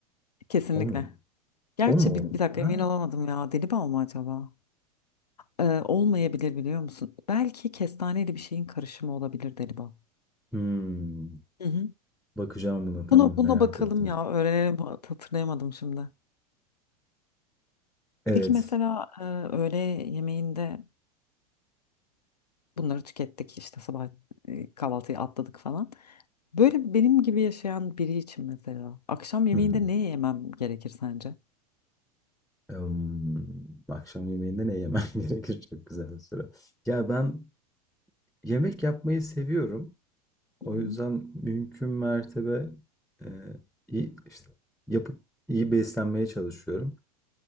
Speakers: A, on the left; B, in the centre.
A: kesinlikle.
B: O mu?
A: Gerçi
B: O mu
A: bir,
B: o?
A: bir dakika
B: Ha.
A: emin olamadım ya deli bal mı acaba? E, olmayabilir biliyor musun? Belki kestaneyle bir şeyin karışımı olabilir deli bal.
B: Hmm.
A: Hı hı.
B: Bakacağım buna. Tamam,
A: Buna buna
B: merak
A: bakalım
B: ettim.
A: ya öğrenelim Hat- hatırlayamadım şimdi.
B: Evet.
A: Peki mesela e, öğle yemeğinde bunları tükettik işte sabah e, kahvaltıyı atladık falan. Böyle benim gibi yaşayan biri için mesela akşam yemeğinde
B: Hı hı.
A: ne yemem gerekir sence?
B: Emm, akşam yemeğinde ne yemem <laughs> gerekir? Çok güzel bir soru. Ya ben yemek yapmayı seviyorum. O
A: Hı hı.
B: yüzden mümkün mertebe e, iyi işte yapıp iyi beslenmeye çalışıyorum.